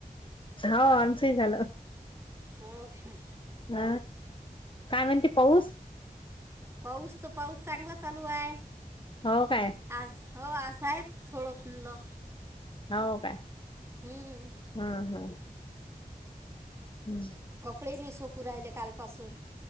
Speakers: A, on the left; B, on the right.
A: आमचंही झालं.
B: हो का?
A: ह काय म्हणती पाऊस?
B: पाऊस तर पाऊस चांगला चालू हाय
A: हो काय
B: आज. हो आज. साहेब थोडं खुल्लो.
A: हो का.
B: हं.
A: हम, हम. हम्.
B: कपडे नाही सोकू राहिले कालपासून.